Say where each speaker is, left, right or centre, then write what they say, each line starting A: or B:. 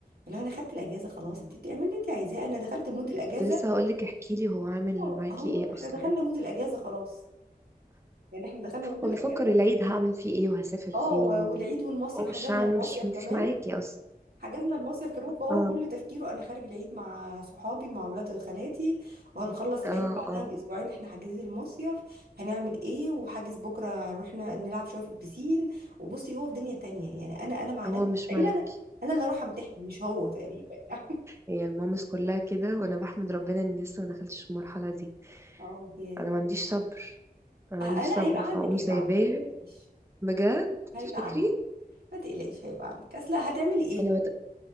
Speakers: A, on the right; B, on the right.
A: اللي هو انا خدت الاجازه خلاص
B: آه.
A: انت اعملي اللي انت عايزاه انا دخلت مود الاجازه
B: كنت لسه هقولك احكيلي هو عامل
A: اه
B: معاكي
A: اهو
B: ايه
A: احنا
B: اصلا
A: دخلنا مود الاجازه خلاص يعني احنا دخلنا مود الاجازه
B: هو بيفكر العيد هعمل فيه ايه وهسافر فين
A: اه و-
B: و...
A: والعيد والمصيف
B: هو مش
A: حجزنا
B: عام-
A: المصيف
B: مش مش
A: كمان
B: معاكي اصلا
A: حجزنا المصيف كمان فهو
B: اه
A: كل تفكيره انا خارج العيد مع صحابي مع اولاد خالاتي وهنخلص
B: اه
A: العيد بعدها
B: اه
A: باسبوعين احنا حاجزين المصيف هنعمل ايه وحاجز بكره رحنا نلعب شويه في البسين وبصي هو في دنيا تانية يعني انا انا مع
B: هو
A: نفسي
B: مش
A: تقريبا
B: معاك
A: انا أنا اللي اروح امتحن مش هو تقريبا <laughs> يعني
B: هي المامس كلها كده وانا بحمد ربنا اني لسه ما دخلتش في المرحله دي
A: اه يعني
B: انا ما عنديش صبر انا ما
A: آه
B: عنديش
A: لا
B: صبر
A: هيبقى
B: فاقوم
A: عندك هيبقى
B: سايباه
A: عندك ما تقلقيش
B: بجد
A: هيبقى
B: تفتكري
A: عندك ما تقلقيش هيبقى عندك اصل هتعملي ايه
B: انا بت...